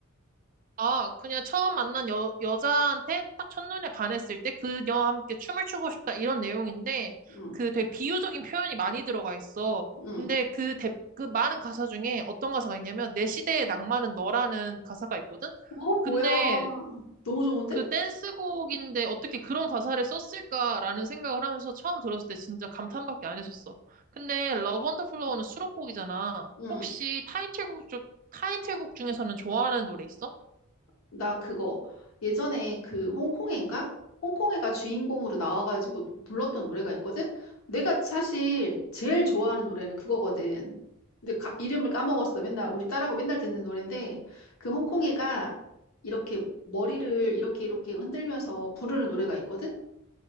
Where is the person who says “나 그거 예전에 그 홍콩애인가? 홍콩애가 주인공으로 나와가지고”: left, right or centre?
Left